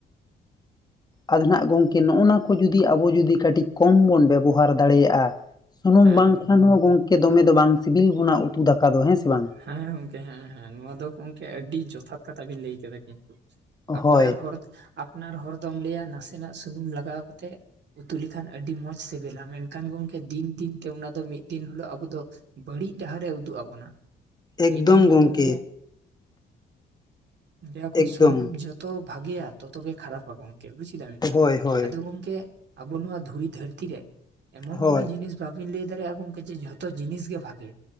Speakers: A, on the left; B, on the right.
A: ᱟᱫᱚ ᱱᱟᱦᱟᱸᱜ ᱜᱚᱢᱠᱮ ᱱᱚᱜᱼᱚ ᱱᱚᱣᱟ ᱠᱚ ᱡᱩᱫᱤ ᱟᱵᱚ ᱡᱩᱫᱤ ᱠᱟᱹᱴᱤᱡ ᱠᱚᱢ ᱵᱚᱱ ᱵᱮᱵᱚᱦᱟᱨ ᱫᱟᱲᱮᱭᱟᱜᱼᱟ ᱥᱩᱱᱩᱢ
B: ᱦᱮᱸ
A: ᱵᱟᱝᱠᱷᱟᱱ
B: ᱜᱚᱝᱠᱮ
A: ᱦᱚᱸ ᱜᱚᱝᱠᱮ ᱫᱚᱢᱮ ᱫᱚ ᱵᱟᱝ ᱥᱤᱵᱤᱞ ᱵᱚᱱᱟ ᱩᱛᱩ ᱫᱟᱠᱟ ᱫᱚ ᱦᱮᱸ ᱥᱮ ᱵᱟᱝ
B: ᱦᱮᱸ ᱜᱚᱝᱠᱮ ᱦᱮᱸ ᱦᱮᱸ ᱱᱚᱣᱟ ᱫᱚ ᱜᱚᱝᱠᱮ ᱟᱹᱰᱤ ᱡᱚᱛᱷᱟᱛ ᱠᱟᱛᱷᱟ ᱵᱮᱱ ᱞᱟᱹᱭ ᱠᱮᱫᱟ ᱠᱤᱱᱛᱩ ᱟᱯᱱᱟᱨ
A: ᱦᱳᱭ
B: ᱦᱚᱲ ᱟᱯᱱᱟᱨ ᱦᱚᱲ ᱫᱚᱢ ᱞᱟᱹᱭᱟ ᱱᱟᱥᱮᱱᱟᱜ ᱥᱩᱱᱩᱢ ᱞᱟᱜᱟᱣ ᱠᱟᱛᱮᱜ ᱩᱛᱩ ᱞᱮᱠᱷᱟᱱ ᱟᱹᱰᱤ ᱢᱚᱡᱽ ᱥᱤᱵᱤᱞᱟ ᱢᱮᱱᱠᱷᱟᱱ ᱜᱚᱢᱠᱮ ᱫᱤᱱ ᱫᱤᱱ ᱛᱮ ᱚᱱᱟ ᱫᱚ ᱢᱤᱫ ᱫᱤᱱ ᱦᱤᱞᱚᱜ ᱟᱵᱚ ᱫᱚ ᱵᱟᱹᱲᱤᱡ ᱰᱟᱦᱟᱨᱮ ᱩᱫᱩᱜ ᱟᱵᱚᱱᱟ
A: ᱮᱠᱫᱚᱢ
B: ᱢᱤᱫ ᱫᱤᱱ ᱦᱤᱞᱳᱜ
A: ᱜᱚᱢᱠᱮ
B: ᱜᱚᱝᱠᱮ ᱞᱟᱹᱭᱟ ᱠᱚ
A: ᱮᱠᱫᱚᱢ
B: ᱥᱩᱱᱩᱢ ᱡᱚᱛᱚ ᱵᱷᱟᱜᱮᱭᱟ ᱛᱚᱛᱚ ᱜᱮ ᱠᱷᱟᱨᱟᱯᱟ ᱜᱚᱝᱠᱮ ᱠᱮ ᱵᱩᱡᱽ ᱠᱮᱫᱟᱵᱮᱱ ᱛᱚ
A: ᱦᱳᱭ ᱦᱳᱭ
B: ᱟᱫᱚ ᱜᱚᱝᱠᱮ ᱟᱵᱚ ᱱᱚᱣᱟ ᱫᱷᱩᱲᱤ ᱫᱷᱟᱹᱨᱛᱤ ᱨᱮ ᱮᱢᱚᱱ
A: ᱦᱳᱭ
B: ᱠᱳᱱᱳ ᱡᱤᱱᱤᱥ ᱵᱟᱮᱱ ᱞᱟᱹᱭ ᱫᱟᱲᱮᱭᱟᱜᱼᱟ ᱜᱚᱝᱠᱮ ᱡᱮ ᱡᱚᱛᱚ ᱡᱤᱱᱤᱥ ᱜᱮ ᱵᱷᱟᱜᱮᱭᱟ